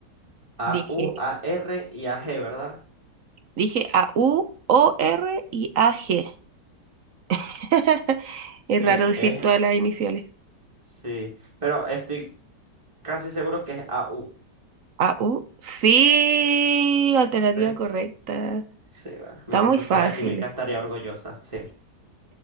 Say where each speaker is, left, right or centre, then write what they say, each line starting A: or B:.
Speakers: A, on the right (about 55°); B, on the right (about 15°).
A: Dije,
B: A, U, A, R y A, G, ¿verdad?
A: dije A U, O R y A G. <laughs> Es
B: Eh,
A: raro decir
B: es,
A: todas las iniciales.
B: sí, pero estoy casi seguro que es A, U.
A: A U, Sí, alternativa
B: Sí,
A: correcta.
B: sí, bueno,
A: Está
B: mi profesora
A: muy fácil.
B: de química estaría orgullosa, sí.